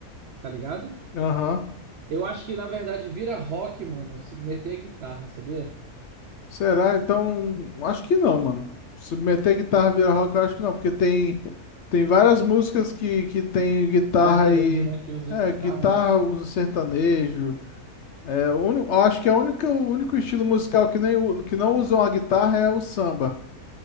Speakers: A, on the right (about 70°); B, on the left (about 65°).
A: tá ligado?
B: Aham.
A: Eu acho que, na verdade, vira rock, mano, se meter a guitarra, sabia?
B: Será? Então, acho que não, mano. Se meter guitarra vira rock, eu acho que não, porque tem, tem várias músicas que, que tem guitarra
A: Sertanejo,
B: e.
A: né, que usa
B: É,
A: guitarra,
B: guitarra
A: né?
B: usa sertanejo. É, o uni- eu acho que é o único, o único estilo musical que, nem, o- que não usam a guitarra é o samba,